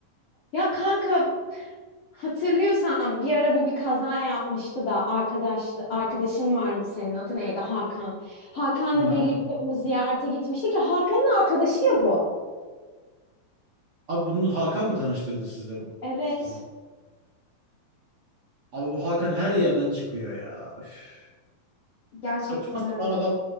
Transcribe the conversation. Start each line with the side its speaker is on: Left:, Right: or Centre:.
Left: Ya kanka Hatırlıyorsan bir ara bu bir kaza yapmıştı da arkadaş arkadaşın vardı senin adı neydi Hakan. Hakan'la
Right: Hı, Hakan.
Left: birlikte bunu ziyarete gitmiştik ya Hakan'ın arkadaşı ya bu.
Right: Abi bunu Hakan mı tanıştırdı sizde bu?
Left: Evet,
Right: sizi? Abi bu Hakan her yerden çıkıyor ya. Üf.
Left: gerçekten
Right: Saçma sapan
Left: öyle.
Right: adam.